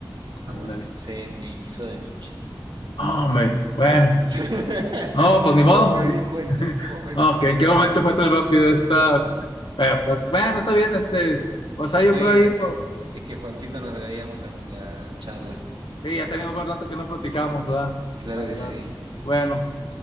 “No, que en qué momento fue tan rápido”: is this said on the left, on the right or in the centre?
Left